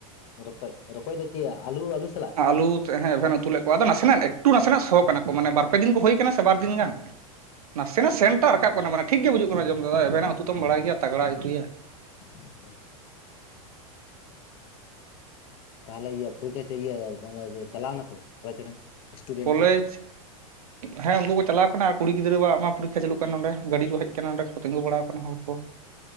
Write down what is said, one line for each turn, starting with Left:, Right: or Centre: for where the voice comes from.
Left: ᱨᱚᱠᱚᱡ, ᱨᱚᱠᱚᱡ ᱫᱚ ᱪᱮᱫᱭᱟ ᱟᱞᱩ, ᱟᱞᱩ ᱥᱟᱞᱟᱜ
Right: ᱟᱞᱩ ᱟᱛᱮ ᱦᱮᱸ ᱮᱵᱷᱮᱱ ᱮ ᱩᱛᱩ ᱞᱮᱫ ᱠᱚᱣᱟ ᱟᱫᱚ ᱱᱟᱥᱮᱱᱟᱜ ᱮᱠᱴᱩ ᱱᱟᱥᱮᱱᱟᱜ ᱥᱚ ᱠᱟᱱᱟ ᱠᱚ ᱢᱟᱱᱮ ᱵᱟᱨ ᱯᱮ ᱫᱤᱱ ᱠᱚ ᱦᱩᱭ ᱟᱠᱟᱱᱟ ᱥᱮ ᱵᱟᱨ ᱫᱤᱱ ᱜᱟᱱ ᱾ ᱱᱟᱥᱮᱱᱟᱜ ᱥᱮᱱᱴ ᱴᱟᱜ ᱨᱟᱠᱟᱵ ᱠᱟᱱᱟ ᱢᱟᱱᱮ ᱴᱷᱤᱠ ᱜᱮ ᱵᱩᱡᱩᱜ ᱠᱟᱱᱟ ᱡᱚᱢ ᱨᱮᱫᱚ ᱮᱵᱷᱮᱱᱟᱜ ᱩᱛᱩ ᱛᱚᱢ ᱵᱟᱲᱟᱭ ᱜᱮᱭᱟ ᱛᱟᱜᱽᱲᱟᱭ ᱩᱛᱩᱭᱟ ᱾
Left: <unintelligible> ᱛᱟᱦᱚᱞᱮ ᱤᱭᱟᱹ ᱯᱚᱨᱤᱠᱠᱷᱟ ᱪᱮ ᱤᱭᱟᱹ ᱡᱮ ᱪᱟᱞᱟᱣ ᱱᱟᱠᱚ ᱠᱚᱞᱮᱡᱽ ᱨᱮᱱ ᱥᱴᱩᱰᱮᱱᱴ
Right: ᱠᱚᱞᱮᱡᱽ
Left: ᱠᱚ
Right: ᱦᱮᱸ ᱩᱱᱠᱩ ᱠᱚ ᱪᱟᱞᱟᱣ ᱠᱟᱱᱟ ᱟᱨ ᱠᱩᱲᱤ ᱜᱤᱫᱽᱨᱟᱹ ᱣᱟᱜ ᱢᱟ ᱯᱚᱨᱤᱠᱠᱷᱟ ᱪᱟᱹᱞᱩᱜ ᱠᱟᱱᱟ ᱱᱚᱸᱰᱮ ᱜᱟᱹᱰᱤ ᱠᱚ ᱦᱮᱡᱼᱼ ᱠᱟᱱᱟ ᱚᱰᱸᱮ ᱠᱚ ᱛᱤᱸᱜᱩ ᱵᱟᱲᱟᱣ ᱟᱠᱟᱱᱟ ᱦᱚᱲ ᱠᱚ